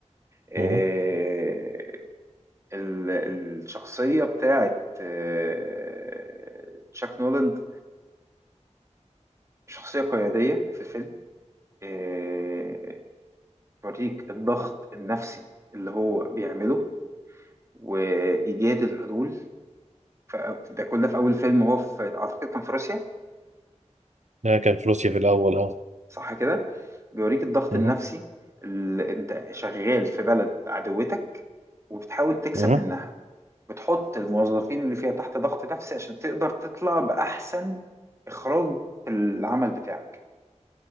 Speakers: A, on the right (about 25°); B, on the right (about 70°).
A: آه،
B: مم.
A: ال- الشخصية بتاعت آه، تشاك نولاند شخصية قيادية في الفيلم آه، بيوريك الضغط النفسي اللي هو بيعمله وإيجاد الحلول ف- ده كل ده في أول فيلم وهو في أعتقد كان في روسيا
B: ده كان فلوسيا في الاول اه
A: صح كده بيوريك الضغط
B: مم.
A: النفسي اللي انت شغال في بلد عدوتك وبتحاول تكسب
B: مم.
A: منها بتحط الموظفين اللي فيها تحت ضغط نفسي عشان تقدر تطلع بأحسن إخراج في العمل بتاعك